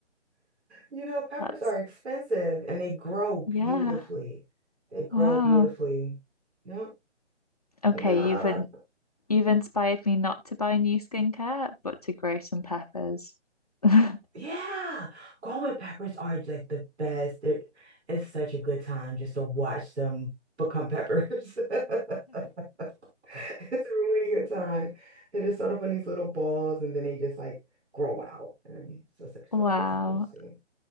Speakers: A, on the right; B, on the left.
A: You know, peppers
B: That's
A: are expensive and they grow beautifully.
B: yeah,
A: They grow
B: wow.
A: beautifully. Yep.
B: Okay,
A: And then I,
B: you've in, you've inspired me not to buy new skincare, but to grow some peppers. <laughs>
A: yeah, growing peppers are like the best. They're, it's such a good time just to watch them become peppers. <laughs> <laughs> It's a really good time. they just sort off on these little balls and then they just like grow out. And it's just like, such
B: Wow.
A: a good time to see.